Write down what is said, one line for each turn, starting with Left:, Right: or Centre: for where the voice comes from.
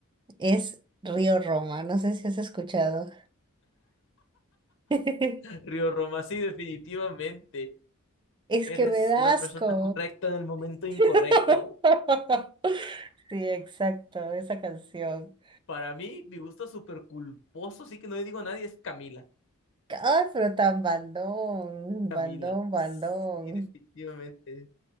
Right: es Río Roma, no sé si has escuchado. <laughs>
Left: Río Roma, sí, definitivamente.
Right: Es
Left: Eres
Right: que me da
Left: la
Right: asco.
Left: persona correcta en el momento incorrecto.
Right: <laughs> Sí, exacto, esa canción.
Left: Para mí, mi gusto súper culposo, sí que no le digo a nadie, es Camila.
Right: Ay, pero tan bandón,
Left: Camila.
Right: bandón,
Left: Sí,
Right: bandón.
Left: definitivamente.